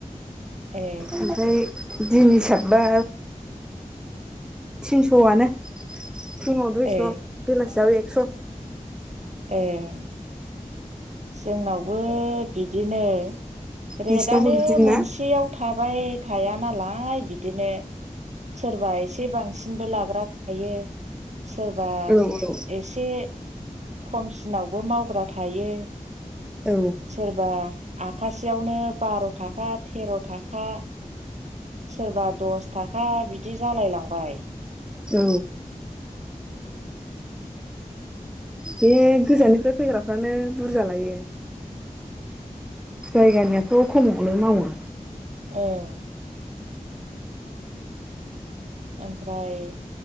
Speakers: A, on the right; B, in the centre.
A: ए।
B: ओमफ्राय दिन हिसाब बा थिनस'आनो फुङाव दुइस'
A: ए
B: बेलासियाव एक्स'।
A: ए। जोंनावबो बिदिनो रेटानो
B: नोंसिनावबो बिदिना
A: मोनसेयाव था फाय थाया नालाय बिदिनो सोरबा एसे बांसिनबो लाग्रा थायो। सोरबा
B: औ औ
A: एसे खमसिनावबो मावग्रा थायो।
B: औ
A: सोरबा आखासेयावनो बार' थाखा तेर' थाखा। सोरबा दस थाखा बिदि जालाय लांबाय।
B: औ। बे गोजाननिफ्राय
A: ओं
B: फैग्राफ्रानो बुरजा लायो। जायगानियाथ' खमावनो मावो।
A: ओं। ओमफ्राय